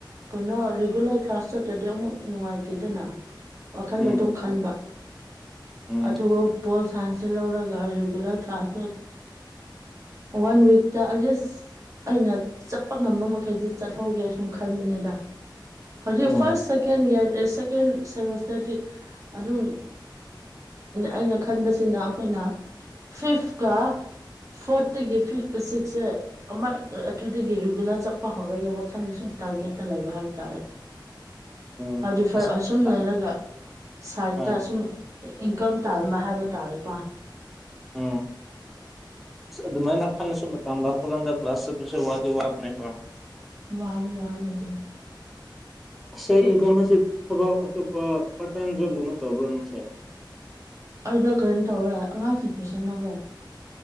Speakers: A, on the right; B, in the centre.
A: ꯀꯣꯏꯩꯅꯣ ꯔꯤꯒꯨꯂꯔ ꯀ꯭ꯂꯥꯁ ꯆꯠꯇ꯭ꯔꯗꯤ ꯑꯃꯨꯛ ꯅꯨꯡꯉꯥꯏꯇꯦꯗꯅ ꯋꯥꯈꯟꯗꯣ
B: ꯎꯝ
A: ꯑꯗꯨꯝ ꯈꯟꯕ
B: ꯎꯝ
A: ꯑꯆꯄꯣꯜ ꯁ ꯂꯧꯔꯒꯒꯥ ꯔꯤꯒꯨꯂꯔ ꯀ꯭ꯂꯥꯁ ꯋꯥꯟ ꯋꯤꯛꯇ ꯑꯦꯠꯂꯤꯁ ꯑꯩꯅ ꯆꯠꯄ ꯉꯝꯕ ꯃꯈꯩꯗꯤ ꯆꯠꯍꯧꯒꯦ ꯁꯨꯝ ꯈꯪꯕꯅꯤꯗ ꯍꯧꯖꯤꯛ
B: ꯎꯝ
A: ꯐꯥꯔꯁ ꯁꯦꯀꯦꯟꯌꯥꯔ ꯁꯦꯀꯦꯟ ꯁꯦꯃꯤꯁꯇꯔ ꯗꯤ ꯑꯗꯨꯝ ꯑꯩꯅ ꯈꯟꯕꯁꯤꯅ ꯑꯩꯈꯣꯏꯅ ꯐꯤꯐ ꯀ ꯐꯣꯔꯠ ꯇꯒꯤ ꯐꯤꯐ ꯀ ꯁꯤꯛꯁꯁꯦ ꯑꯃ ꯑꯗꯨꯗꯒꯤ ꯔꯨꯒꯨꯂꯥ ꯆꯠꯄ ꯍꯧꯔꯒꯦ ꯋꯥꯈꯜꯗ ꯁꯨꯝ ꯇꯥꯔꯒꯦꯠꯇ ꯂꯩꯕ ꯍꯥꯏꯕ ꯇꯥꯔꯦ
B: ꯎꯝ
A: ꯍꯥꯏꯗꯤ ꯐ
B: ꯑꯁ
A: ꯑꯁꯨꯝ
B: ꯑ
A: ꯂꯩꯔꯒ ꯁꯥꯏꯠꯇ
B: ꯍꯣꯏ
A: ꯁꯨꯝ ꯏꯟꯀꯝ ꯇꯥꯟꯕ ꯍꯥꯏꯕ ꯇꯥꯔꯦꯀꯣ
B: ꯎꯝ ꯑꯗꯨꯃꯥꯏꯅ ꯈꯜꯂꯁꯨ ꯃꯇꯝ ꯂꯥꯛꯄ ꯀꯥꯟꯗ ꯀ꯭ꯂꯥꯁ ꯆꯠꯄꯁꯦ ꯋꯥꯗꯤ ꯋꯥꯕꯅꯦꯀꯣ
A: ꯋꯥꯕꯗꯤ ꯋꯥꯔꯝꯅꯤ ꯑꯗꯨꯝ
B: ꯁꯥꯏꯠ ꯏꯟꯀꯝ ꯍꯥꯏꯁꯦ ꯊꯕꯛ ꯑꯇꯣꯞꯄ ꯄꯥꯔꯠ ꯇꯥꯏꯝ ꯖꯣꯕꯒꯨꯝꯕ ꯇꯧꯕ꯭ꯔꯣ ꯅꯪꯁꯦ
A: ꯑꯩꯗꯣ ꯀꯔꯤ ꯇꯧꯋꯦ ꯑꯉꯥꯡꯁꯤꯡ ꯇ꯭ꯋꯨꯁꯟ ꯂꯧꯋꯦ